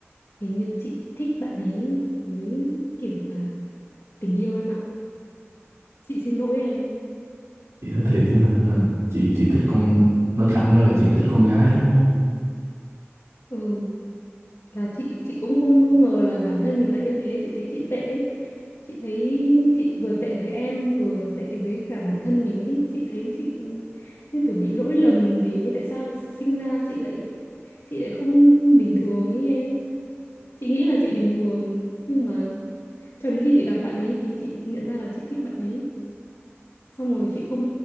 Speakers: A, on the left; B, on the right.
A: Hình như chị thích bạn ấy với kiểu là tình yêu em ạ. Chị xin lỗi em.
B: chị nói thiệt á hả, là chị chị thích con nói thẳng ra là chị thích con gái đúng không
A: Ừ, là chị chị cũng không không ngờ là bản thân mình lại như thế, chị thấy chị tệ. ấy. Chị thấy chị vừa tệ với em, vừa tệ với cả bản thân mình ấy. Chị thấy chị như kiểu bị lỗi lầm gì ấy. Tại sao sinh ra chị lại chị lại không không bình thường ấy em. Chị nghĩ là chị bình thường nhưng mà cho đến khi chị gặp bạn ấy thì chị nhận ra là chị thích bạn ấy. xong rồi chị không